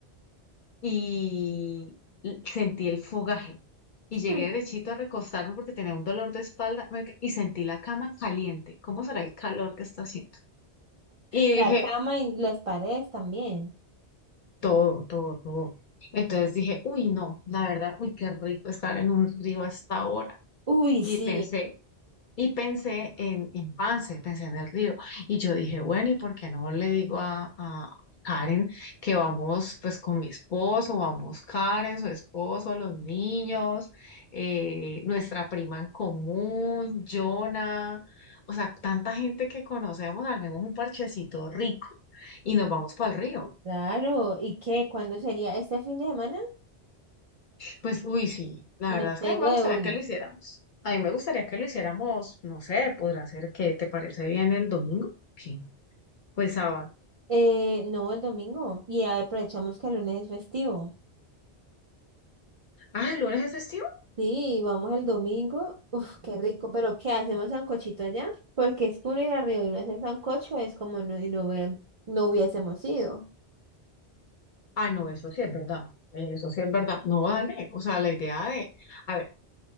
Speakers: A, on the left; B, on the right.
A: y l- sentí el fogaje.
B: <laughs>
A: Y llegué derechito a recostarme porque tenía un dolor de espalda marica, y sentí la cama caliente. ¿Cómo será el calor que está haciendo? Y
B: La
A: dije,
B: cama y las paredes también.
A: todo, todo, todo. Entonces dije, uy, no, la verdad, uy, qué rico estar en un río hasta ahora.
B: Uy,
A: Y
B: sí,
A: pensé, y pensé en, en Pance, pensé en el río. Y yo dije, bueno, ¿y por qué no le digo a, a Karen que vamos pues con mi esposo, vamos Karen, su esposo, los niños, eh, nuestra prima en común, Jonah, o sea, tanta gente que conocemos, armemos un parchecito rico y nos vamos para el río.
B: claro. ¿Y qué? ¿Cuándo sería? ¿Este fin de semana?
A: Pues, uy, sí, la verdad
B: Me
A: es
B: pego
A: que a mí me gustaría
B: de uno.
A: que lo hiciéramos. A mí me gustaría que lo hiciéramos, no sé, podrá ser que te parece bien el domingo. Sí. O el sábado.
B: Eh, no, el domingo. Y aprovechamos que el lunes es festivo.
A: Ah, ¿el lunes es festivo?
B: Sí, vamos el domingo. Uf, qué rico. Pero ¿qué hacemos sancochito allá? Porque es que uno ir arriba y no hacer sancocho es como no, y no, hubie- no hubiésemos ido.
A: Ah, no, eso sí es verdad. eh, Eso sí es verdad. No, dale. O sea, la idea de, a ver,